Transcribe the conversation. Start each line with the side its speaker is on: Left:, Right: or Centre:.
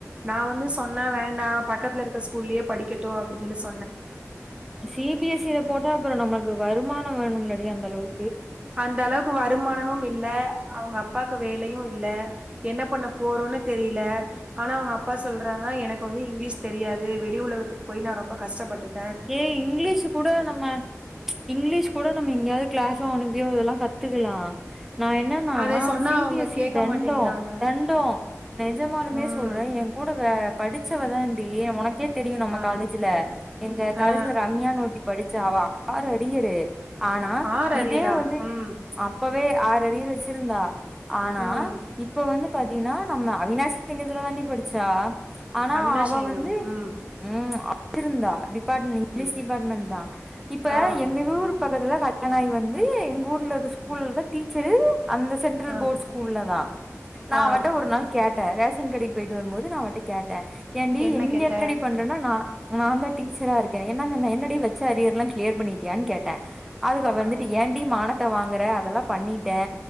Right: நா வந்து சொன் ன்ன வேண்டா பக்கத்ல இருக்க ஸ்கூ ஸ்கூல்லயே படிக்கட்டும் அப்டின் சொ
Centre: சி பி எஸ் சி-ல போட்டா அப்றோ நமக்கு வருமான வேணுமில்ல அந்தளவு
Right: அந்த அளவுக்கு வருமானமு இல்ல, அவங்க அப்பாக்கு வேலையும் இல்ல. என்ன பண்ண போறோன்னு தெரியல. ஆனா அவங்க அப்பா சொல்றாங்க எனக்கு வந்து இங்கிலீஷ் தெரியாது, வெளி உலகத்துக்கு போய் நா ரொம்ப கஷ்டப்பட்டுட்
Centre: ஏ இங்கிலீஷ் கூட நம்ம இங்கிலீஷ் கூட நம்ம எங்யாது க்ளாஸோ அனுப்பியோ இதல்லா கத்துக்கலா நா என்னன்னா
Right: அத சொன்னா
Centre: சி
Right: அவங்க
Centre: பி எஸ் சி
Right: கேக்க
Centre: தெண்டோ
Right: மாட்டேங்கிறாங்க
Centre: தெண்டோ நெஜமாலுமே
Right: ம்
Centre: சொல்ற ஏங்கூட வே படிச்சவதாண்டி உனக்கே தெரியு நம்ம
Right: ஆ
Centre: காலேஜ்ல எங்க காலேஜ்ல
Right: ஆ
Centre: ரம்யானு ஒருத் தி படிச்சா அவ ஆறு அரியது ஆனா
Right: ஆர் அரியரா
Centre: இதே வந்து
Right: ம்
Centre: அப் அப்பவே ஆற் அரியர் வச்சிருந்தா ஆனா
Right: ம்
Centre: இப்ப வந்து பாத்தீன்னா நம்ம அவினாசிலிங்கத்ல தாண்டி படிச்சா ஆனா
Right: அவினாஷ்
Centre: அவ
Right: லிங்கம்
Centre: வந்து
Right: ம்
Centre: ம் திருந்தார் பார்ட்மெண்ட் இங்கிலீஷ்
Right: ம்
Centre: டிபார்ட்மெண்ட் தா இப்ப
Right: ஆ
Centre: எங்க ஊர் பக்கத்துல <unintelligible> நாய் வந்து எங்க ஊர் ஊர்லருக்க ஸ்கூல்
Right: ம்
Centre: தா டீச் <unintelligible> அந்த சென்ட்ரல்
Right: ஆ
Centre: போர்ட் ஸ்கூல்ல தா நா
Right: ஆ
Centre: அவட்ட ஒரு நாள் கேட் த ரேஷன் கடைக்கு போயிட்டு வரும்போது நா அவட்ட கேட்ட ஏண்டி
Right: என்ன
Centre: எங்க
Right: கேட்ட
Centre: ரெடி பண்றனா நா நான் தட் டீச்சராருக்கே என்னனுன்ன என்னடி வெச்ச அரியெர்ல்லா கிளியர் பண்ணிட்டியான் கேட்ட அதுக்கு அவ வந்துட்டு
Right: ஆ
Centre: ஏண்டி மானத் த்த வாங்குற அதெல்லா பண்ணிட்டே